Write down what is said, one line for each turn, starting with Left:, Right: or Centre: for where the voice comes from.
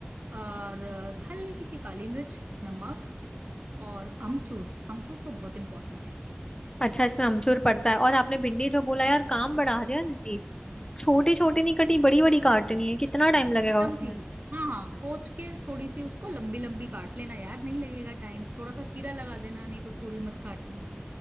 Right: और हल्की सी काली मिर्च नमक और अमचूर अमचूर तो बहुत इंपॉर्टेंट है
Left: अच्छा इसमें अमचूर पड़ता है और आपने भिंडी जो बोला यार काम बढ़ा दिया दीदी छोटी छोटी नहीं कटी बड़ी बड़ी काटनी है कितना टाइम लगेगा
Right: लंबी
Left: उसमें
Right: हाँ हाँ पोंछ के थोड़ी सी उसको लंबी लंबी काट लेना यार नहीं लगेगा टाइम थोड़ा सा चीरा लगा देना नहीं तो पूरी मत काटना